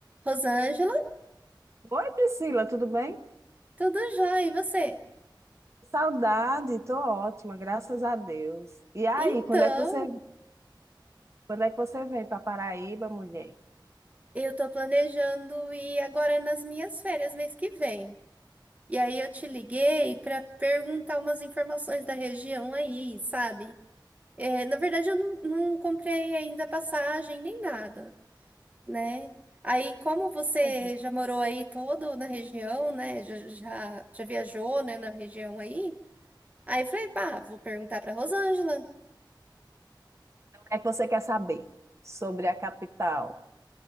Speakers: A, on the right (about 20°); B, on the right (about 35°).
A: Rosângela,
B: Oi, Priscila, tudo bem?
A: tudo jóia, e você?
B: Saudade, tô ótima, graças a Deus. E aí,
A: Então,
B: quando é que você, quando é que você vem para Paraíba, mulher?
A: eu tô planejando ir agora nas minhas férias mês que vem. E aí eu te liguei para perguntar umas informações da região aí, sabe? É, na verdade, eu não, não comprei ainda passagem nem nada, né? Aí, como você
B: Então,
A: já morou aí todo na região, né? Já, já, já viajou, né, na região aí? Aí eu falei, pá, vou perguntar para Rosângela.
B: O que é que você quer saber sobre a capital?